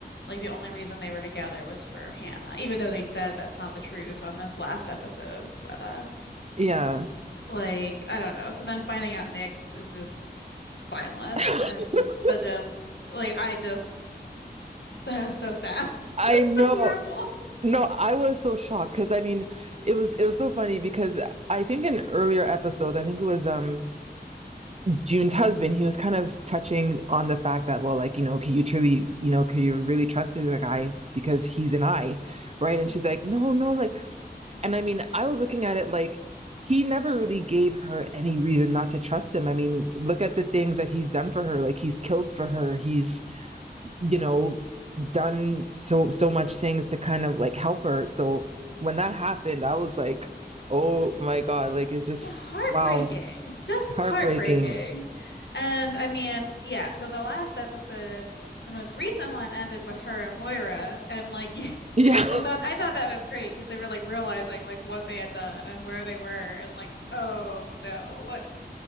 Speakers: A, on the left; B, on the right.
A: Like the only reason they were together was for Hannah, even though they said that's not the truth on this last episode. But uh
B: Yeah.
A: like I don't know. So then finding out Nick is just spineless
B: <laughs>
A: and just such a like I just <laughs> that was so sad. <laughs>
B: I
A: That's
B: know.
A: so horrible.
B: No, I was so shocked because I mean, it was it was so funny because I think in earlier episodes, I think it was um June's husband, he was kind of touching on the fact that, well, like, you know, can you truly, you know, can you really trust the guy because he's an eye, right? And
A: Mhm.
B: she's like, no, no, like, and I mean, I was looking at it like he never really gave her any reason not to trust him. I mean, look at the things that he's done for her. Like, he's killed for her. He's, you know, done so so much things to kind of like help her. So when that happened, I was like, oh my God, like it's just
A: Yeah, heartbreaking.
B: wow,
A: Just heartbreaking.
B: heartbreaking.
A: And I mean, yeah, so the last episode, the most recent one ended with her and Moira and like <laughs> you,
B: Yeah.
A: I thought
B: <laughs>
A: I thought that was great because they were like realizing like what they had done and where they were and like, oh no, what